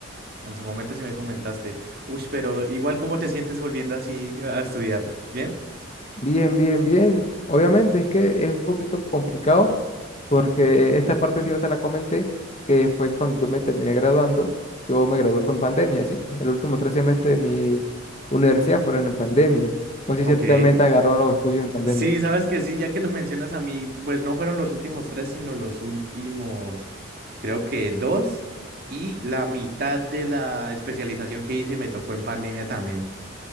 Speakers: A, on the right; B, on the left.
A: En su momento sí me comentaste. Uy, pero igual, ¿cómo te sientes volviendo así a estudiar? ¿Bien?
B: Bien, bien, bien. Obviamente es que es un poquito complicado porque esta parte sí no te la comenté, que fue cuando yo me terminé graduando. Yo me gradué fue en pandemia, ¿sí? El último tres semestres de mi universidad fueron en pandemia. No sé
A: Ok.
B: si a ti también te agarraron los estudios en pandemia.
A: Sí, sabes que sí, ya que lo mencionas a mí, pues no fueron los últimos tres, sino los últimos, creo que dos, y la mitad de la especialización que hice me tocó en pandemia también.